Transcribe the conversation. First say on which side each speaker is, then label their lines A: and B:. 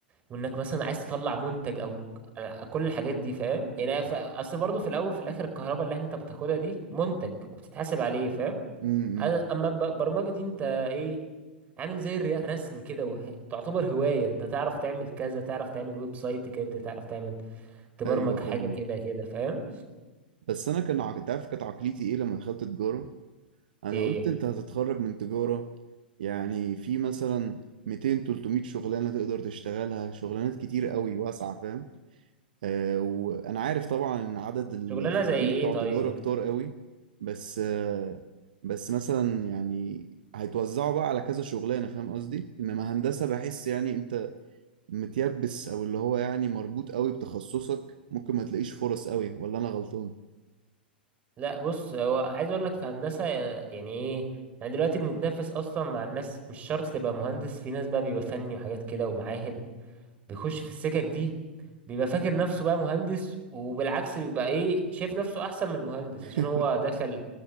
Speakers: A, on the right; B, on the right.
A: وانك مثلا عايز تطلع منتج او ك- كل الحاجات دي فاهم يعني ف- اصل برضه في الاول في الاخر الكهرباء اللي انت بتاخدها دي منتج وبتتحاسب عليه فاهم
B: امم
A: أنا- اما الب- البرمجه دي انت ايه عامل زي الرسم كده وه- تعتبر هوايه انت تعرف تعمل كذا تعرف تعمل ويب سايت كده تعرف تعمل تبرمج
B: ايوه فاهمك
A: حاجه كده كده فاهم
B: بس انا كان عق- تعرف كانت عقليتي ايه لما دخلت تجاره انا
A: ايه
B: قلت انت هتتخرج من تجارة يعني في مثلا 200 300 شغلانة تقدر تشتغلها شغلانات كتير قوي واسعة فاهم آه وانا عارف طبعا ان عدد الخريجين
A: شغلانه زي ايه
B: بتوع
A: طيب
B: تجارة كتار قوي بس آه بس مثلا يعني هيتوزعوا بقى على كذا شغلانة فاهم قصدي انما هندسة بحس يعني انت متيبس او اللي هو يعني مربوط قوي بتخصصك ممكن ما تلاقيش فرص قوي ولا انا غلطان
A: لا بص هو عايز اقول لك في هندسه آه، يعني ايه يعني دلوقتي بنتنافس اصلا مع الناس مش شرط تبقى مهندس في ناس بقى بيبقى فني وحاجات كده ومعاهد بيخش في السكك دي بيبقى فاكر نفسه بقى مهندس وبالعكس بيبقى ايه شايف نفسه احسن من المهندس
B: <laughs>
A: عشان هو دخل